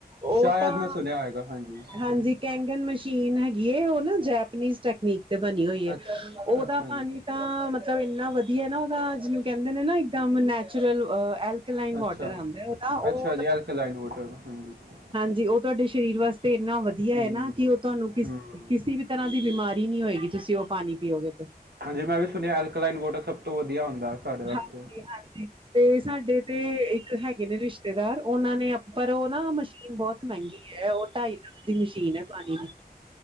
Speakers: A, on the right; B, on the right.
A: ਓ
B: ਸ਼ਾਇਦ
A: ਤਾਂ,
B: ਮੈਂ ਸੁਣਿਆ ਹੋਏਗਾ ਹਾਂਜੀ
A: ਹਾਂਜੀ। ਕੈਂਗਨ ਮਸ਼ੀਨ ਹੈਗੀ ਏ। ਓ ਨਾ ਜੈਪਨੀਜ਼ ਟੈਕਨੀਕ ਤੇ ਬਣੀ ਹੋਈ ਆ।
B: ਅੱਛਾ
A: ਉਦਾ
B: ਅੱਛਾ
A: ਪਾਣੀ
B: ਜੀ
A: ਤਾਂ ਮਤਲਬ ਇੰਨਾ ਵਧੀਆ ਨਾ ਉਦਾ, ਜਿਨੂੰ ਕਹਿੰਦੇ ਨੇ ਨਾ ਇਕਦਮ ਨੈਚੁਰਲ ਅਹ ਇੱਕ ਲਾਈਨ ਵੋਟਰ
B: ਅੱਛਾ
A: ਆਂਦਾ ਉਦਾਂ ਓ
B: ਅੱਛਾ ਜੀ
A: ਤਾਂ
B: ਐਲਕਲਾਈਨ ਵਾਟਰ ਹਾਂਜੀ
A: ਹਾਂਜੀ, ਓ ਤੁਹਾਡੇ ਸਰੀਰ ਵਾਸਤੇ ਇੰਨਾ ਵਧੀਆ
B: ਹੂੰ
A: ਆ ਨਾ। ਕਿ ਓ ਤੁਹਾਨੂੰ ਕਿਸ
B: ਹੂੰ
A: ਕਿਸੀ ਵੀ ਤਰ੍ਹਾਂ ਦੀ ਬਿਮਾਰੀ ਨੀ ਹੋਏਗੀ। ਤੁਸੀਂ ਓ ਪਾਣੀ ਪੀਓਗੇ। ਤੇ
B: ਹਾਂਜੀ, ਮੈਂ ਵੀ ਸੁਣਿਆ ਅਲਕੋਲਾਈਨ ਵੋਟਰ, ਸਭ ਤੋਂ ਵਧੀਆ ਹੁੰਦਾ। ਸਾਡੇ ਵਾਸਤੇ
A: ਹਾਂਜੀ, ਹਾਂਜੀ ਤੇ ਸਾਡੇ ਤੇ ਇੱਕ ਹੈਗੇ ਨੇ ਰਿਸ਼ਤੇਦਾਰ, ਉਨਾਂ ਨੇ ਪਰ ਓ ਨਾ ਮਸ਼ੀਨ ਬਹੁਤ ਮਹਿੰਗੀ। ਹੈਗੀ ਆ ਓ, ਢਾਈ ਲੱਖ ਦੀ ਮਸ਼ੀਨ ਆ। ਪਾਣੀ ਦੀ